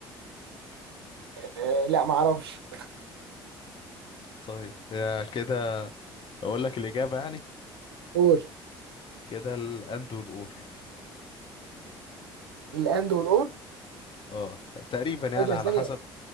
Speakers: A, on the right; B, on the left.
A: آه لا معرفش
B: طيب يا كده اقول لك الاجابه يعني
A: قول
B: كده الاند والاور
A: الاند والاور
B: اه تقريبا يعني
A: ايه ده
B: على
A: ثانيه
B: حسب